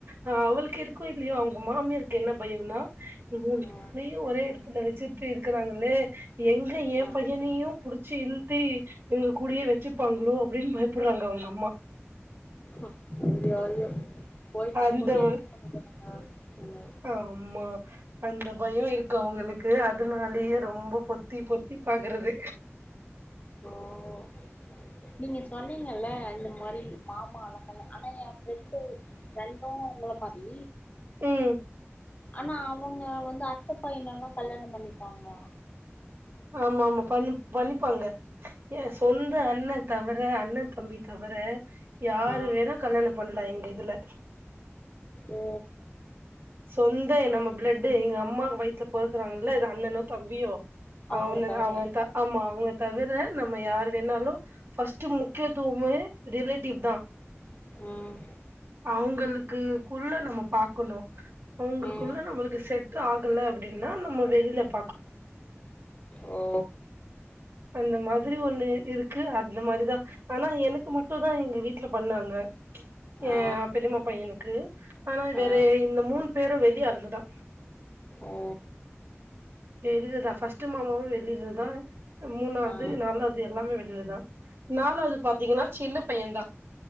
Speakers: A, on the right; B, on the left.
A: ஆ அவளுக்கு இருக்கோ இல்லீயோ அவுங்க மாமியாருக்கு என்ன பயோனா இ மூனு
B: ஆ
A: புள்ளயு ஒரே எடத்துல வெச்சுட் டு இருக்கறாங்களே எங்க என்
B: ஆ
A: பையனையு புடுச்சு இழுத்து இவுங்க கூடயே வெ வெச்சுப்பாங்களோ அப்டினு பயப்படறாங்க அவுங்க அம்மா
B: அஹ் ஐயோ ஐயோ போயிட்டா
A: அந்த
B: கூட என்ன
A: வ-
B: பண்ண போறாங்க அவுங்க
A: ஆமா அந்த பயோ இருக்கு அவுங்களுக்கு அதுனாலயே ரொம்ப பொத்தி பொத்தி பாக்கறது
B: ஓ நீங்க சொன்னீங்கல்ல இந்த மாரி மாமா அழகல்ல ஆனா என் ஃபிரெண்டு ஃப்ரெண்டு உங்கள மாரி
A: ம்
B: ஆனா அவுங்க வந்து அத்த பையனல்லா கல்யாணோ பண்ணிப்பாங்ளா
A: ஆமாமா பண் பண்ணிப்பாங்க என் சொந்த அண்ண தவர அண்ண தம்பி தவர யாரு
B: ஆ
A: வேணா கல்யாணோ பண்லா எங்க இதுல
B: ஓ
A: சொந்த நம்ம பிளட்டு எங்க அம்மாக்கு வயித்துல பொறக்குறாங்கல்ல அண்ணனோ தம்பியோ
B: அவங்கள
A: அவன
B: தவிர
A: அவன த ஆமா அவுங்க தவர நம்ம யார் வேணாலு ஃபர்ஸ்ட்டு முக்கியத்துவமே ரிலேட்டிவ்தா
B: ம்
A: அவுங்களுக்குக்குள்ள நம்ம பாக்கணு அவுங்களுக்குள்ள
B: ம்
A: நம்மளுக்கு செட் ஆகல அப்டினா நம்ம வெளில பாக்
B: ஓ
A: அந்த மாதிரி ஒண்ணு இருக்கு அந்த மாரிதா ஆனா எனக்கு மட்டுதா எங்க வீட்ல பண்ணாங்க என்
B: ஆ
A: பெரிமா பையனுக்கு ஆனா வேற
B: ஆ
A: இந்த மூணு பேரு வெளி ஆளுகதா
B: ஓ
A: வெளிலதா ஃபர்ஸ்ட்டு மாமாவு வெளிலதா மூணாவது
B: ஆ
A: நாலா வது எல்லாமே வெளிலதா நாலாவது பாத்தீங்கனா சின்ன பையன்தா